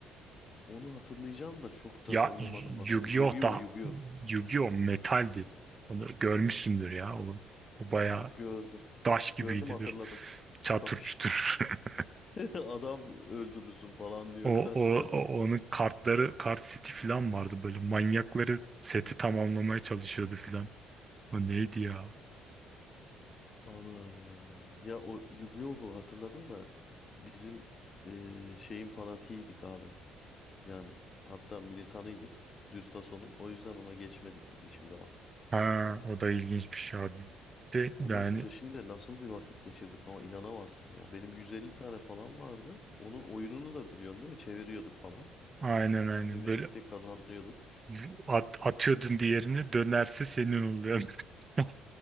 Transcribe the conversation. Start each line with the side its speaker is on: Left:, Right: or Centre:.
Left: Onu hatırlayacağım da çok da
Right: Ya
Left: oynamadım bak
Right: Yu-Gi-Oh
Left: onu. Yu-Gi-Oh!
Right: da
Left: Yu-Gi-Oh!
Right: Yu-Gi-Oh metaldi. Onu görmüşsündür ya. O, o bayağı
Left: Gördüm.
Right: taş gibiydi
Left: Gördüm hatırladım.
Right: bir çatır
Left: Daş.
Right: çutur. <laughs>
Left: <laughs> Adam öldürürsün falan diyor
Right: O,
Left: karşıda.
Right: o, o- onun kartları kart seti falan vardı böyle manyakları seti tamamlamaya çalışıyordu falan. O neydi ya?
Left: Allah Allah. Ya o Yu-Gi-Oh'u hatırladım da bizim eee, şeyin fanatiydik abi. Yani hatta militanıydık. Düz tasonun. O yüzden ona geçmedik biz hiçbir zaman.
Right: Ha o da ilginç bir şey abi. De,
Left: Onun
Right: yani
Left: peşinde nasıl bir vakit geçirdik ama inanamazsın ya. Benim 150 tane falan vardı. Onun oyununu da biliyorsun değil mi? Çeviriyorduk falan.
Right: aynen aynen
Left: Çevirdikçe
Right: böyle
Left: kazanıyorduk.
Right: v- at, atıyordun diğerini dönerse senin oluyor. <laughs>